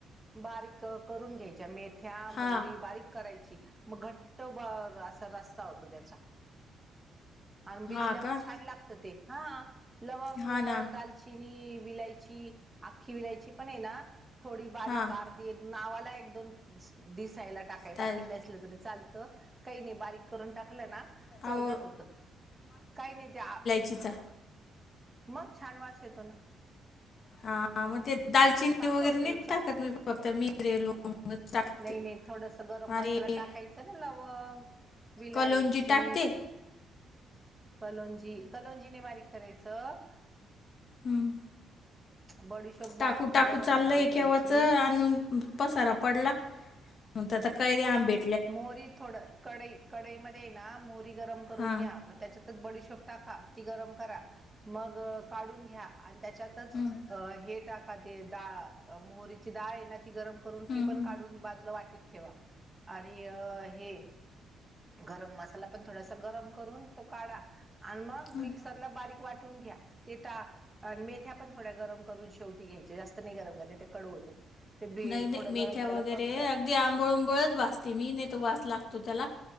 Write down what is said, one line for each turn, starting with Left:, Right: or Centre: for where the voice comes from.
Right: बारीक करून घ्यायच्या मेथ्या
Left: हां
Right: मोहरी बारीक करायची मग घट तो बघ असा रस्ता होतो त्याचा आणि भिजल्यावर
Left: हां का
Right: छान लागत ते हा
Left: हां
Right: अ
Left: ना
Right: दालचिनी विलायची आख्खी विलायची पण आहे ना थोडी बारीक
Left: हां
Right: आरधी नावाला एक दोन दिसायला टाकाय
Left: चालेल
Right: बाकी नसलं तरी चाल काही नाही बारीक करून टाकलं ना
Left: अहो
Right: चवदार होत काही नाही ते
Left: चिचा
Right: मग छान वास येतो ना
Left: हा मग ते दालचिनी
Right: चांगलं
Left: वगैरे
Right: होतं
Left: नाही
Right: चव
Left: टाकत मी फक्त मिरे लवंग टाकते
Right: नाही नाही थोडस गरम
Left: आणि
Right: मसाला टाकायचा ना लवंग विलायची
Left: कलौंजी टाकते
Right: कलोंजी कलोंजीनेे बारीक करायचं
Left: हम्म
Right: बडीशोप
Left: टाकू
Right: बा
Left: टाकू
Right: गरम
Left: चाललं
Right: भाजून घ्यायची
Left: केव्हाच आणून पसारा पडला मग कैरे आंबे
Right: मोहरी थोड कडई कडईमध्ये ना मोहरी गरम करून
Left: हा
Right: घ्या मग त्याच्या त्यात बडीशोप टाका ती गरम करा मग काढून घ्या आणि त्याच्यातच
Left: हम्म
Right: हे टाका ते डा मोहरीची डाळ आहे ना ती गरम करून
Left: हम्म
Right: ती पण
Left: हम्म
Right: काढून बाजूला वाटीत ठेवा आणि अ हे गरम मसाला पण थोडासा गरम करून तो काढा आणि मग
Left: हम्म
Right: मिक्सरला बारीक वाटून घ्या ती त्या मेथ्या पण थोड्या गरम करून शेवटी घ्यायच्या जास्त नाही गरम कर ते कडू होतं ते बी
Left: नाही नाही
Right: थोडं
Left: मेथ्या
Right: गरम त्याला
Left: वगैरे
Right: कमी करा
Left: अगदी आंबळ उंबळच भजत ते मी नेतो वास लागतो त्याला